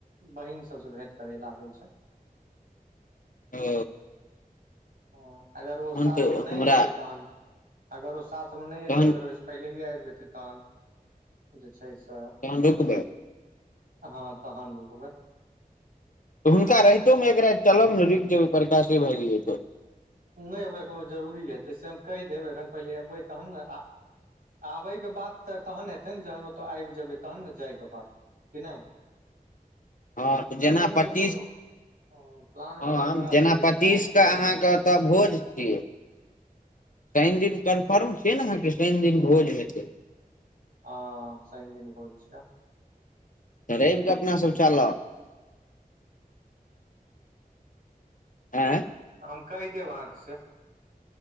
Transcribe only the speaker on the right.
बहिन सबसे भेंट करे लै आबे छै।
हां अगर ओ साथ
मे नै
एतै तहन अगर ओ साथ मे नै एतै
अगर ओय से पहिलेेये आएब जेतै तहन जे छै से
हां तहन रुकबै।
नै ओकरा कोनो जरूरी हेतै से हम कैह देब एखन पहले एबै तहन नै आ आबै के बात तऽ तहन हेतै ने जहन ओता आएब जेबै तहन ने जाय के बात की नै।
बनबैमे
कोनो प्लान बनबैमे
हमरा
सब बेसी
टाइम
थोड़े
लागै छै
हा शनि दिन भोज छीय
हम कहि देब अहाँ के से